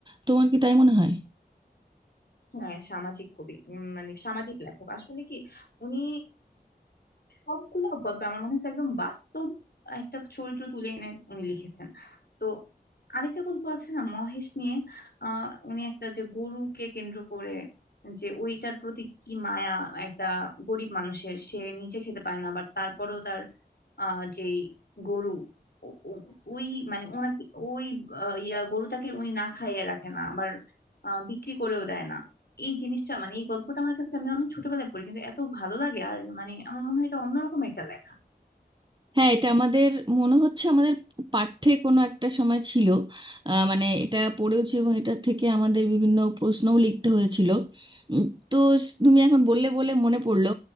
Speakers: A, on the right; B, on the left.
A: তোমার কি তাই মনে হয়
B: হ্যাঁ সামাজিক কবি উম, মানে সামাজিক লেখক আসলে কি উনি সবগুলো গল্প আমার মনে হচ্ছে একদম বাস্তব একটা চরিত্র তুলে এনে উনি লিখেছেন তো আরেকটা গল্প আছে না মহেশ নিয়ে আহ উনি একটা যে গরুকে কেন্দ্র করে যে ওইটার প্রতি কি মায়া একটা গরিব মানুষের সে নিজে খেতে পায় না বাট তারপরেও তার আহ যে গরু ও- ও- ওই মানে ওনাকে ওই আহ, ইয়া গরুটাকে উনি না খাইয়ে রাখে না আবার আহ, বিক্রি করেও দেয় না এই জিনিসটা মানে এই গল্পটা আমার কাছে আমি অনেক ছোটবেলায় পড়ি কিন্তু এত ভালো লাগে আর মানে আমার মনে হয় এটা অন্যরকম একটা লেখা
A: হ্যাঁ এটা আমাদের মনে হচ্ছে আমাদের পাঠ্যে কোনো একটা সময় ছিল আহ, মানে এটা পড়েওছি এবং এটা থেকে আমাদের বিভিন্ন প্রশ্নও লিখতে হয়েছিল উম, তো স- তুমি এখন বললে বলে মনে পড়লো